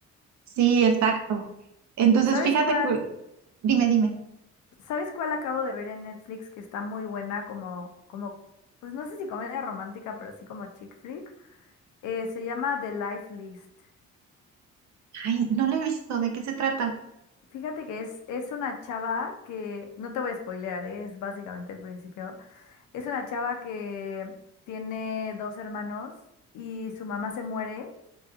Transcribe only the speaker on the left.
¿Sabes
cuál?
¿Sabes cuál acabo de ver en Netflix que está muy buena como, como, pues no sé si comedia romántica, pero sí como chick flick? Eh, se llama The Life List.
Fíjate que es, es una chava que, no te voy a spoilear, ¿eh? Es básicamente el principio. Es una chava que tiene dos hermanos y su mamá se muere